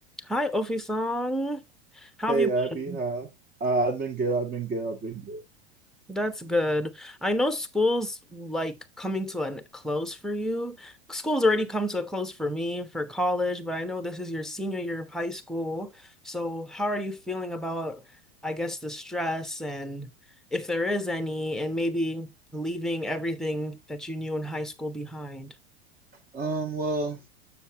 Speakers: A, in the centre; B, on the right.
A: Hi, Ofisang. How
B: Hey
A: have you
B: Abby,
A: been?
B: hi. Uh, I've been good. I've been good. I've been good.
A: That's good. I know school's like coming to a close for you. School's already come to a close for me for college, but I know this is your senior year of high school. So how are you feeling about, I guess, the stress and if there is any, and maybe leaving everything that you knew in high school behind?
B: Um, well,